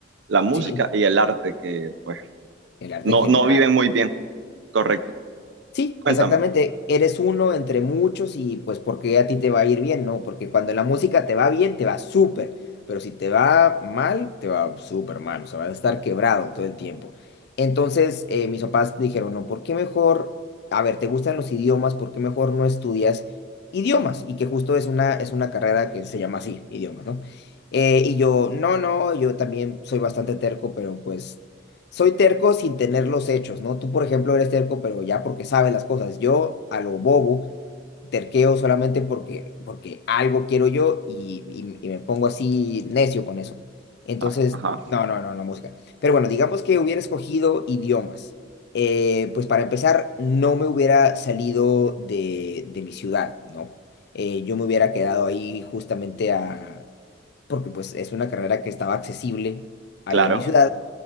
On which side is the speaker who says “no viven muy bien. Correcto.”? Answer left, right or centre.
Right